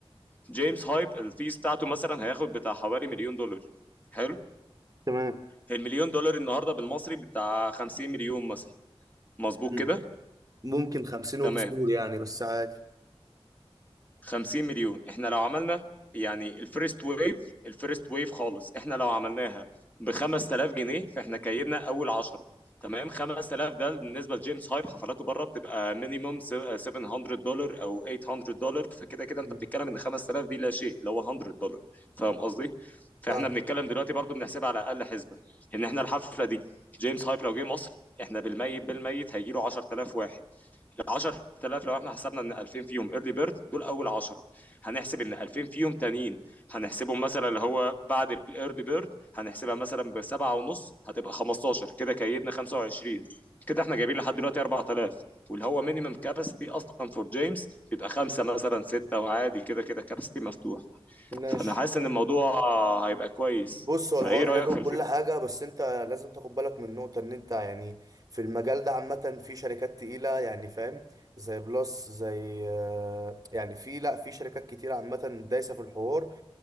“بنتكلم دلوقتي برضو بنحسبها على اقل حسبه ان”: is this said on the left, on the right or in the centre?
Left